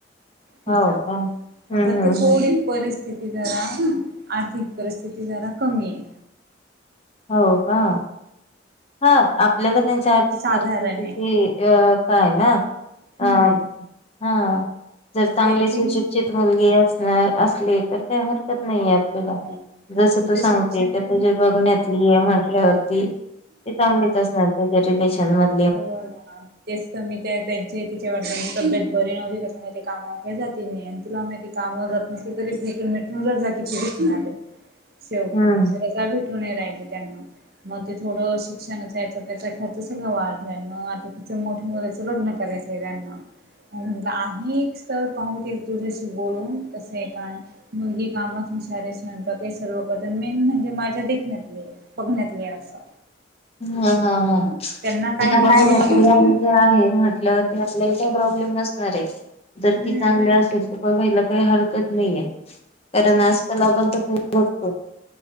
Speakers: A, on the right; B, on the left.
A: तिचा
B: हो का हम्म
A: फक्त
B: हम्म
A: थोडी
B: हम्म
A: परिस स्थिती जरा आर्थिक परिस्थिती जरा कमी हे
B: हो का हा आपल्याला त्यांच्या आर्थिक
A: साधारण
B: परिस्थितीची
A: आहे
B: अ काय ना अ
A: हम्म
B: हा जर चांगली
A: त्यांची
B: सुशिक्षित मुलगी असणार असले तर त्या हर कत नाहीये आपल्याला
A: नाही
B: जसं
A: तिथं
B: तू सांगते
A: शिक्षण
B: का तुज्या बघण्यातली हे म्हटल्यावरती ते चांगलीच असणार त्याच्या रिलेशन मध्य
A: हो तेच त मी त्या त्यांचे तिच्या वडलाची तब्येत ब री नवती त्याच्यामुळे ते कामावर काही जाती नाही आणि तुला माहीती ते कामावर जात नस तरी भेटून भेटून जर जा की रे सेवटी
B: हम्म.
A: तरी जा भे टू नही राहिली त्यांना मग ते थोडं शिक्षनाचा याचा त्याचा खर्च सगळ वाढ म आता तिचं मोठे मुलीच लग्न करायचं त्यांना म्हटलं आहे एक स्थळ पाहू ते तुझ्याशी बोलून कस आहे काय मुलगी कामात सारे स्वयंपाक ही सर्व करते मेन म्हणजे माझ्या देखण्यातली बघण्यातली असं
B: हा हा हा. <unintelligible>
A: त्यांना काही
B: ज
A: नाही मुलगा हुशार
B: आहे म्हटलं ते आपल्याला काय प्रॉब्लेम खरय जर
A: हम्म
B: ती चांगली असेल तर बघायला काही हर नाहीे ये कारण आजकाल आपण त तो